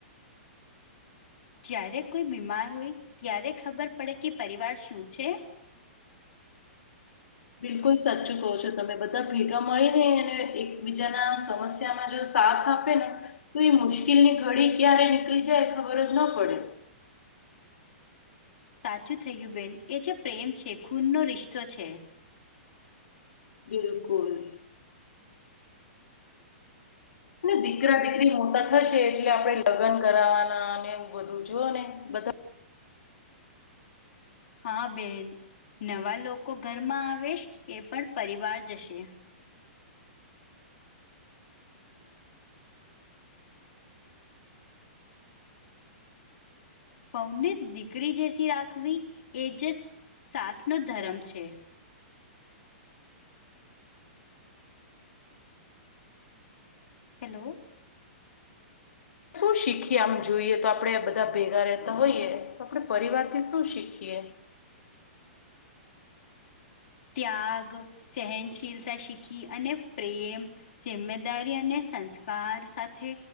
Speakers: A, on the left; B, on the left.
A: જ્યારે કોઈ બીમાર હોય ત્યારે ખબર પડે કે પરિવાર શું છે?
B: બિલકુલ સાચું કહો છો તમે બધા ભેગા મળી ને અને એકબીજાના સમસ્યા એમાં જો સાથ આપે ને તો એ મુશ્કેલ ની ઘડી ક્યારે નીકળી જાય ખબર જ ન પડે.
A: સાચું થઈ ગ્યું બેન એ જે પ્રેમ છે ખૂનનો રિશ્તો છે.
B: બિલકુલ. અને દીકરા દીકરી મોટા થશે એટલે આપણે લગ્ન કરાવવાના અને એવું બધું જોઓ ને બધા
A: હા બેન નવા લોકો ઘરમાં આવે એ પણ પરિવાર જશે. બહુ દીકરી જેસી રાખવી એ જે સાસ નો ધર્મ છે. હેલો.
B: શું શીખીએ આમ જોઈએ તો આપડે બધા ભેગા રહેતા હોઈયએ તો આપે પરિવાર થી શું શીખીએ? ખીએ
A: ત્યાગ, સહનશીલતા શીખી અને પ્રેમ જિમ્મેદારી અને સંસ્કાર સાથે